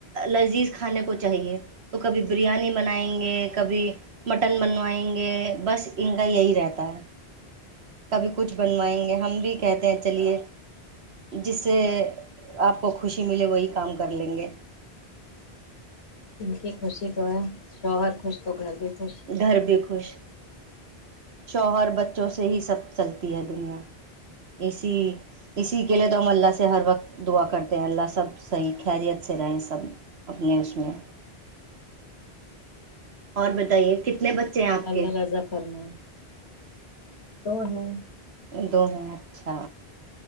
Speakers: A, on the right; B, on the left.
A: لذیذ کھانے کو چاہیے تو کبھی بریانی بنائیں گے <unintelligible> کبھی مٹن بنوائیں گے بس ان کا یہی رہتا ہے <unintelligible> کبھی کچھ بنوائیں گے ہم بھی کہتے ہیں چلیے جس سے آپ کو خوشی ملے وہی کام کر لیں گے
B: ان کی خوشی تو ہے شوہر خوش تو گھر بھی خوش
A: گھر بھی خوش <unintelligible> شوہر بچوں سے ہی سب چلتی ہے دنیا اسی اسی کے لیے تو ہم اللہ سے ہر وقت دعا کرتے ہیں اللہ سب صحیح خیریت سے رہیں سب اپنے اس میں اور بتائیے کتنے <unintelligible> آپ
B: اللہ
A: کے
B: رضا فرم <unintelligible> ا تو ہے <unintelligible>
A: دو ہیں اچھا